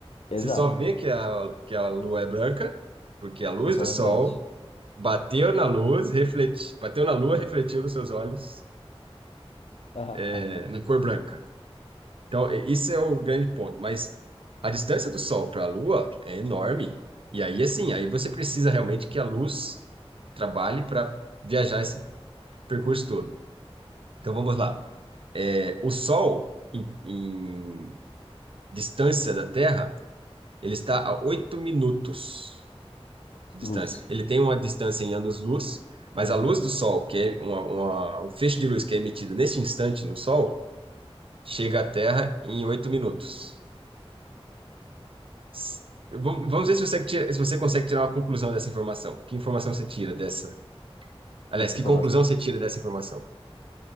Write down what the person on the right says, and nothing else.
Você só vê que a, que a Lua é branca, porque a luz
do Sol
bateu na luz, refleti, bateu na Lua, refletiu nos seus olhos,
é,
na cor branca. Então, e- isso é o grande ponto. Mas a distância do Sol para a Lua é enorme. E aí, assim, aí você precisa realmente que a luz trabalhe para viajar esse percurso todo. Então, vamos lá. É, o Sol, em, em distância da Terra, ele está a 8 minutos de distância.
Ele tem uma distância em anos-luz, mas
a luz do Sol, que é uma, uma, um feixe de luz que é emitido neste instante no Sol, chega à Terra em 8 minutos. S- Vamos vamos ver se você, tira- se você consegue tirar uma conclusão dessa informação. Que informação você tira dessa? Aliás,
que
conclusão você tira dessa informação?